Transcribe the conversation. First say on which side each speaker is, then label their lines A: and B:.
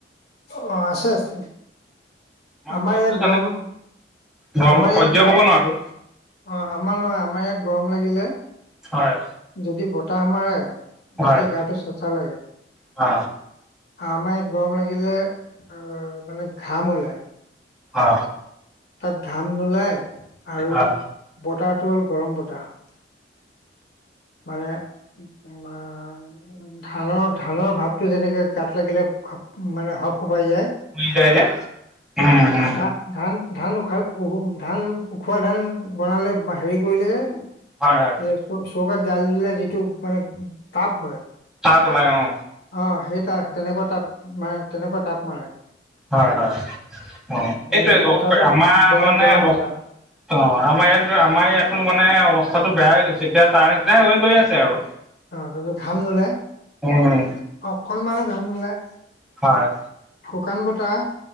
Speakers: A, on the left; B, in the centre.
A: অ, আছে আছে। আমাৰ
B: গৰমটো
A: ইয়াত
B: জানে
A: গৰম
B: গৰমটো
A: আমাৰ
B: সহ্য
A: ইয়াত গৰম
B: কৰিব নোৱাৰো
A: অ আমাৰ নহয়, আমাৰ ইয়াত গৰম লাগিলে
B: হয়।
A: যদি বতাহ মাৰে তেতিয়া
B: হয়
A: গাটো চেচা লাগে।
B: অ।
A: আমাৰ ইয়াত গৰম লাগিলে আহ মানে ঘাম ওলায়।
B: অ।
A: তাত ঘাম নোলায় আৰু
B: অ
A: বতাহতো হ'ল গৰম বতাহ। মানে, আমাৰ অ ধানৰ ধানৰ ভাৱটো যেনেকে গাত লাগিলে মানে হপ খপাই যায়
B: কি যায় যে উ উ
A: এই ধা ধান ধান উখাল ধান উখোৱ ধান বনালে হেৰি কৰিলে যে এই
B: হয় হয়
A: চৌকাত জাল দিলে যিটো মানে তাপ হয়
B: তাপ ওলাই অ।
A: অহ, সেই তাৰ তেনেকুৱা তাপ মানে, তেনেকুৱা তাপ মাৰে।
B: হয় হয়, অহ,
A: মানে
B: এইটোৱে
A: বতাহটো
B: আমাৰ
A: গৰম
B: মানে।
A: গৰম
B: অহ,
A: বতাহ
B: আমাৰ ইয়াত, আমাৰ ইয়াতো মানে অৱস্থাটো বেয়া হৈ গৈছে। এতিয়া তাৰ নিচিনাই হৈ গৈ আছে আৰু।
A: অহ, তুমি ঘাম নোলাই,
B: উম
A: অকণমানো ঘাম নোলাই।
B: হয়
A: শুকান বতাহ,